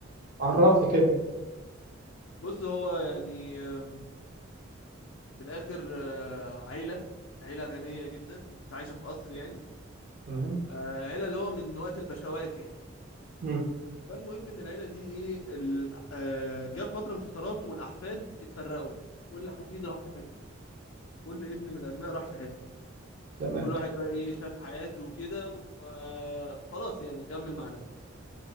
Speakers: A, on the right; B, on the left.
A: عرفني كده
B: بص هو يعني آم، من الاخر آه، عيله عيله غنيه جدا كانت عايشه في قصر يعني
A: تمام
B: آه، عيله اللي هو من وقت البشوات يعني
A: مم.
B: فالمهم ان العيله دي ايه ال- آه، جه في فتره من الفترات والاحفاد اتفرقوا كل حفيد راح في حتة، كل ابن من الابناء راح في حته
A: تمام
B: كل واحد بقى ايه شاف حياته وكده وخلاص يعني كمل مع نفسه